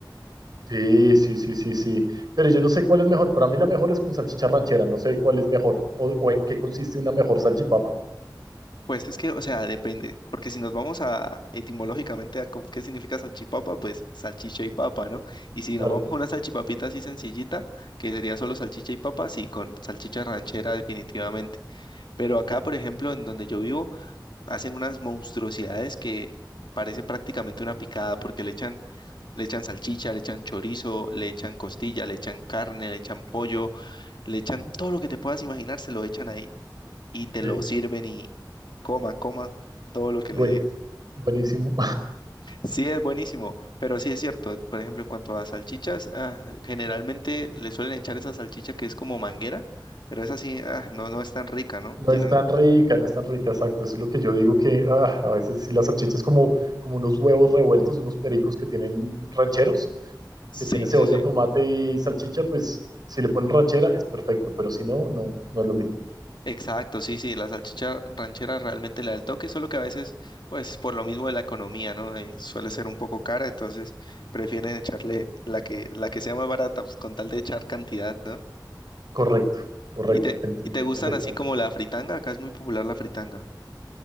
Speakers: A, on the right; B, on the left.
A: Sí, sí, sí, sí, sí. Pero yo no sé cuál es mejor. Para mí la mejor es con salchicha ranchera. No sé cuál es mejor o, o en qué consiste una mejor salchipapa.
B: pues es que, o sea, depende, porque si nos vamos a etimológicamente a co- qué significa salchipapa, pues salchicha y papa, ¿no? Y si
A: Claro.
B: nos vamos a una salchipapita así sencillita, que sería solo salchicha y papa, sí, con salchicha ranchera definitivamente. Pero acá, por ejemplo, en donde yo vivo, hacen unas monstruosidades que parece prácticamente una picada, porque le echan, le echan salchicha, le echan chorizo, le echan costilla, le echan carne, le echan pollo, le echan todo lo que te puedas imaginar, se lo echan ahí y te
A: eh,
B: lo sirven y coma, coma todo lo que
A: buenísimo,
B: le dé.
A: buenísimo.
B: Sí, es buenísimo, pero sí es cierto. Por ejemplo, en cuanto a salchichas, ah, generalmente le suelen echar esa salchicha que es como manguera, pero esa sí, ah, no, no es tan rica, ¿no?
A: No
B: Tienen,
A: es tan rica, no es tan rica, exacto. Eso es lo que yo digo que ah, a veces sí las salchichas como, como unos huevos revueltos, unos pericos que tienen rancheros,
B: sí,
A: que tiene cebolla,
B: sí, sí.
A: tomate y salchicha, pues si le ponen ranchera es perfecto, pero si no, no, no es lo mismo.
B: Exacto, sí, sí, la salchicha ranchera realmente le da el toque, solo que a veces, pues por lo mismo de la economía, ¿no? Eh, suele ser un poco cara, entonces prefieren echarle la que, la que sea más barata, pues, con tal de echar cantidad, ¿no?
A: Correcto, correcto,
B: ¿Y te,
A: te entiendo
B: y te gustan
A: perfectamente.
B: así como la fritanga? Acá es muy popular la fritanga.